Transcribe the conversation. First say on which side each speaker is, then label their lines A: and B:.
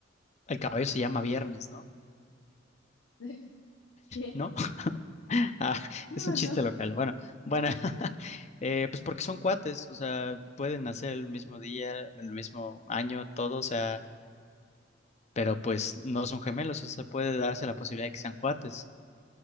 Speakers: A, on the left (about 35°); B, on the left (about 75°).
A: el caballo se llama Viernes, ¿no?
B: <laughs> que
A: ¿No? <laughs> Ah,
B: No,
A: es un chiste
B: no.
A: local. Bueno, bueno, <laughs> eh, pues porque son cuates, o sea, pueden nacer el mismo día, el mismo año, todo, o sea, pero pues no son gemelos, o sea, puede darse la posibilidad de que sean cuates.